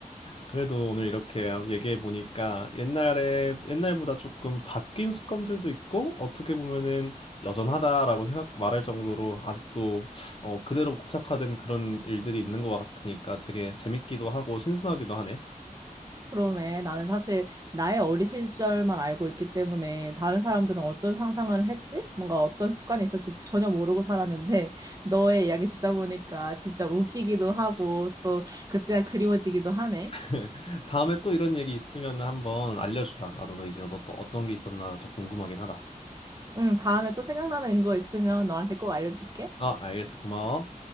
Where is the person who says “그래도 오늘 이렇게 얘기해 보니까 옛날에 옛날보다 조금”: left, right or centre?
Left